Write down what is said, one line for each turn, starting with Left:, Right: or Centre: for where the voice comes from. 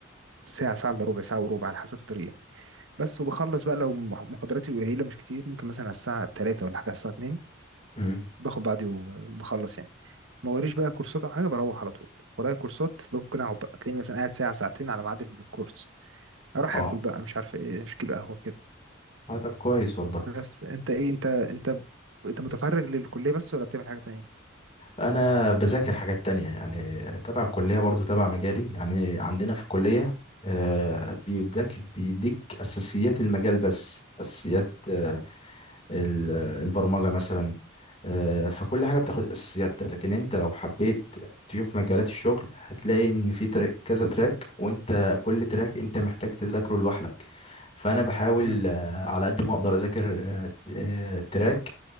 Right: ساعة ساعة إلا ربع ساعة وربع على حسب الطريق يعني. بس وبخلص بقى لو مح- محاضراتي قليلة مش كتير ممكن مثلا على الساعة تلاتة ولا حاجة على الساعة اتنين
Left: امم
Right: باخد بعضي و- وبخلص يعني ما وريش بقى كورسات أو حاجة بروح على طول ورايا كورسات ممكن أقعد بقى تلاقيني مثلا قاعد ساعة ساعتين على ميعاد الكورس أروح
Left: اه
Right: آكل بقى مش عارف إيه أشكي بقى قهوة كده
Left: آه، طب كويس والله
Right: بس أنت إيه أنت أنت أنت متفرغ للكلية بس ولا بتعمل حاجة تانية؟
Left: انا بذاكر حاجات تانية يعني تبع الكلية برضو تبع مجالي يعني عندنا في الكلية آه بيديك بيديك اساسيات المجال بس اساسيات آه، ال- البرمجة مثلا آه، فكل حاجة بتاخد أساسيات لكن أنت لو حبيت تشوف مجالات الشغل هتلاقي إن في تراك كذا تراك وأنت كل تراك أنت محتاج تذاكره لوحدك فأنا بحاول
Right: مم.
Left: آه، على قد ما أقدر أذاكر آه، آه، تراك